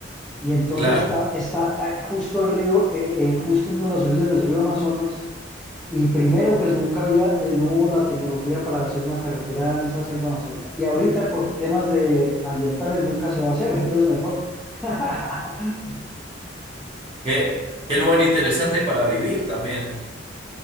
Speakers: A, in the centre; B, on the right (about 25°).
A: y entonces
B: Claro.
A: está, está eh, justo el río, eh, eh, justo en una de las orillas del río Amazonas Y primero, pues nunca había, eh, no hubo la tecnología para hacer una carretera en esa selva amazónica. Y ahorita por temas de ambientales nunca se va a hacer, entonces mejor. <laughs>
B: Qué, qué lugar interesante para vivir también.